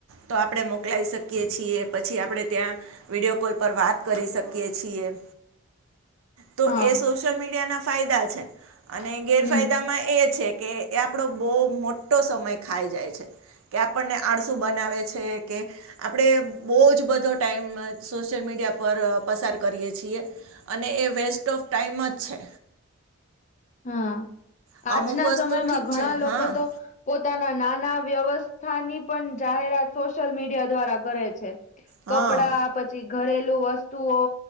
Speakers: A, on the right; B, on the left.
A: તો આપડે મોકલાઈ શકીએ છીએ પછી આપડે ત્યાં વિડીયો કોલ પર વાત કરી શકીએ છીએ તોએ
B: હા
A: સોશિયલ મીડિયાનાં ફાયદા છે. અને ગેરફાયદામાં
B: હમ
A: એ છેકે આપડો બો મોટો સમય ખાઈ જાય છે. કે આપણને આળસુ બનાવે છે, કે આપડે બોજ બધો ટાઈમ સોશિયલ મીડિયા મીડિયા પર પસાર કરીએ છીએ અને એ વેસ્ટ ઓફ ટાઈમ જ છે.
B: હા,
A: અમુક
B: આજના
A: વસ્તુ
B: સમયમાં
A: ઠીક
B: ઘણા
A: છે
B: લોકો
A: હા
B: તો પો પોતાના નાના વ્યવસ્થાની પણ જાહેરાત સોશિયલ મીડિયા દ્વારા કરે છે.
A: હા
B: કપડા પછી ઘરેલુ વસ્તુઓ,